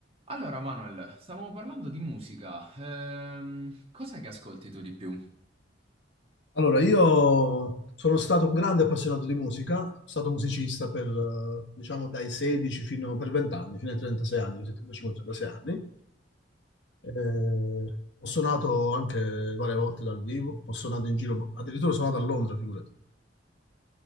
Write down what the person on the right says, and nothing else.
Allora, Manuel, stavamo parlando di musica. Ehm, cos'è che ascolti tu di più?